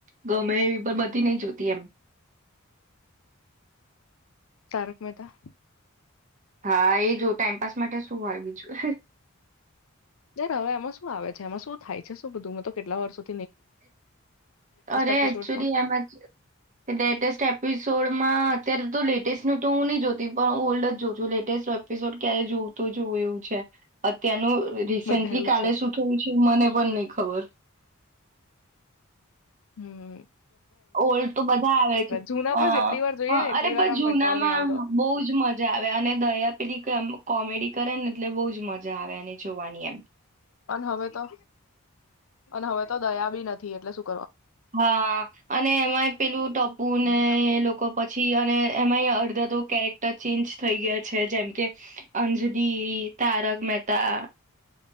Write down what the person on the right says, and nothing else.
ગમે એવી પણ બધી નહી જોતી એમ.
હા એ જો ટાઈમપાસ માટે શું હોય બીજું.
અરે
એચુલી એમાં લેટેસ્ટ એપિસોડ મા અત્યારે તો લેટેસ્ટ નું તો હું નહી જોતી પણ ઓલ્ડ જ જોઉં છુ લેટેસ્ટ એપિસોડ ક્યારે જોઉં તો જાઉં એવું છે અત્યારનું રિસેન્ટલી
કાલે
શું થયું છે મને મન નહી ખબર.
ઓલ્ડ તો બધા આવે છે
હ
હ
અરે બસ
જુનામાં
બહુજ મજા આવે અને દયા પેલી કોમેડી કરે ને એટલે બહુ જ મજા આવે એને જોવાની એમ.
હા અને એમાંય
પેલું ટપું ને એ લોકો પછી અને એમાંય અડધા તો કેરેક્ટર ચેન્જ થઈ ગયા છે જેમ કે અંજલી તારક મહેતા